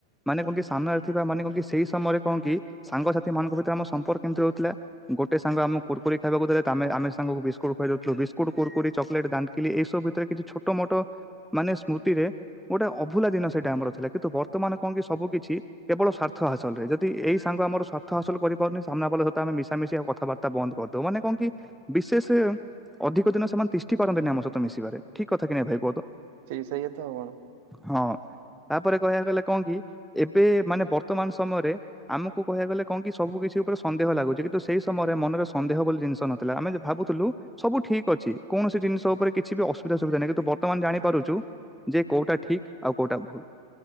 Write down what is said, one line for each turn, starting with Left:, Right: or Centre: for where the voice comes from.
Centre: ମାନେ କଣ କିି ସାମ୍ନାରେ ଥିବା ମାନେ କଣ କି ସେଇ ସମୟରେ କଣ କି ସାଙ୍ଗସାଥି ମାନଙ୍କ ଭିତରେ ଆମ ସମ୍ପର୍କ କେମିତି ରହୁଥିଲା। ଗୋଟେ ସାଙ୍ଗ ଆମ କୁକୁରି ଖାଇବାକୁ ଦେଲେ ତା ଆମେ ଆମେ ସାଙ୍ଗକୁ ବିସ୍କୁଟ ଖୁଆଇ ଦଉ ଥିଲୁ ବିସ୍କୁଟ କୁରକୁରି ଚକଲେଟ ଦା ଏଇସବୁ ଭିତରେ କିଛି ଛୋଟ ମୋଟ ମାନେ ସ୍ମୃତିରେ ଗୋଟେ ଅଭୁଲା ଦିନ ସେଇଟା ଆମର। ଥିଲା କିନ୍ତୁ ବର୍ତ୍ତମାନ କଣ କି ସବୁ କିଛି। କେବଳ ସ୍ୱାର୍ଥ ହାସଲରେ ଯଦି ଏଇ ସାଙ୍ଗ ଆମର ସ୍ୱାର୍ଥ ହାସଲ କରିପାରୁନି <unintelligible> ସହିତ ଆମେ ମିଶା ମିଶି ଆଉ କଥାବା ତା ବନ୍ଦ କରିଦଉ ମାନେ କଣ କି ବିଶେଷେ ଅଧିକ ଦିନ ସେମାନେ ତିଷ୍ଠି ପାରନ୍ତିନି ଆମ ସହିତ ମିଶିବାରେ ଠିକ୍ କଥା କି ନହିଁ ଭାଇ କୁହ ତ।
Right: ସେଇ ସେଇୟା ତ ଆଉ କଣ।
Centre: ହଁ। ତାପରେ କହିବାକୁ ଗଲେ କଣ କି ଏବେ ମାନେ ବର୍ତ୍ତମାନ ସମୟରେ। ଆମକୁ କହିବାକୁ ଗଲେ କଣ କି ସବୁ କିଛି ଉପରେ ସନ୍ଦେହ ଲାଗୁଚି କିନ୍ତୁ ସେଇ ସମୟରେ ମନରେ ସନ୍ଦେହ ବୋଲି ଜିନିଷ ନ ଥିଲା ଆମେ ଯେ ଭାବୁଥୁଲୁ। ସବୁ ଠିକ ଅଛି କୌଣସି ଜିନିଷ ଉପରେ କିଛି ଅସୁବିଧା ସୁବିଧା ନାହିଁ କିନ୍ତୁ ବର୍ତ୍ତମାନ ଜାଣିପାରୁଚୁ। ଯେ କୋଉଟା ଠିକ ଆଉ କୋଉଟା ଭୁଲ।